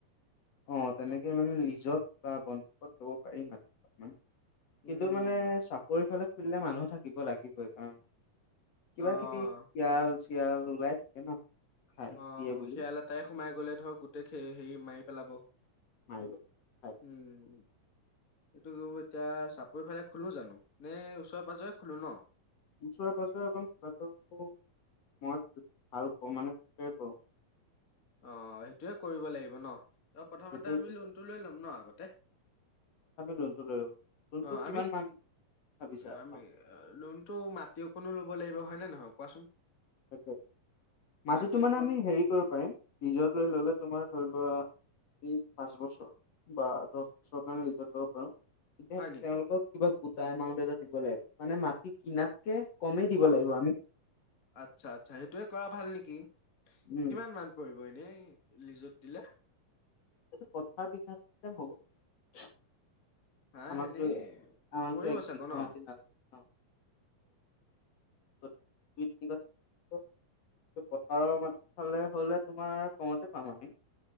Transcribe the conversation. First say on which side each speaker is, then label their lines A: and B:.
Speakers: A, on the left; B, on the left.
A: অ তেনেকে মানে লিজত বা বনত লব পাৰিম অলমান। কিন্তু
B: উম
A: মানে চাপৰি ফালে খুলিলে মানুহ থাকিব লাগিব এই কাৰণ কিবা
B: অ',
A: কিবি শিয়াল চিয়াল ওলাই থাকে ন। খাই
B: অ
A: দিয়ে বুলি
B: শিয়াল এটাই সোমাই গ'লে ধৰক গো গোটেই হেৰি মাৰি পেলাব
A: মাৰিব খাই
B: উম সেইটো এতিয়া চাপৰি ফালে খোলো জানো নে ওচৰেৰে পাজৰে খলো ন
A: ওচৰে পাজৰে অকন মই ভাল ক মানে প্ৰিপ্ৰায়ৰ কৰো
B: অ সেইটোয়ে কৰিব লাগিব ন ত প্ৰথমতে
A: সেইটোৱে
B: আমি
A: কৰোঁ।
B: লোনটো লৈ ল'ম ন আগতে
A: লোণ টো লৈ ল লোণ
B: অ',
A: টো কিমান
B: আমি
A: মান। ভাবিছা?
B: আমি
A: অ,
B: লোনতো মাটি অকনো লব লাগিব হয় নে নহয় কোৱাচোন
A: তাকে মাটিতো
B: মাটি
A: মানে
B: অকণ
A: আমি হেৰি কৰিব পাৰিম ৰীজত লৈ ললে তোমাৰ ধৰি লোৱা এই পাঁচ বছৰ বা দহ বছৰৰ কাৰণে ৰিজাত ল'ব পাৰো। এতিয়া
B: হয় নেকি?
A: তেওঁলোকক কিবা গোটা এমাউণ্ট এটা দিব লাগিব মানে মাটি কিনাতকে কমেই দিব
B: অ',
A: লাগিব আমি
B: আচ্ছা আচ্ছা সেইটোয়ে কৰা ভাল নেকি
A: উম
B: কিমান মান পৰিব। এনেই লিজত দিলে।
A: <unintelligible>
B: হা
A: আমাকতো
B: এনেই
A: এ আমাৰতো
B: পৰিব
A: এক
B: চাগে
A: বিঘা
B: ন?
A: মাটি নালাগে ন?
B: <unintelligible>
A: <unintelligible> পথাৰৰ মাটি ফালে হলে তোমাৰ কমতে পাম আমি।